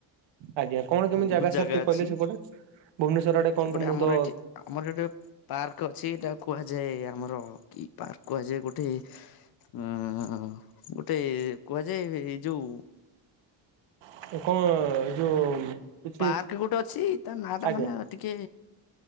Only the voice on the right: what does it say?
ଆଜ୍ଞା କଣ କେମିତି
ଜାଗା ସାର୍ ଠିକ
କହିଲେ ସେପଟେ ଭୁବନେଶ୍ଵର ଆଡେ କଣ
ତ ମୁଁ
ତ
କଣ ଏ ଯୋଉ କିଛି
ଆଜ୍ଞା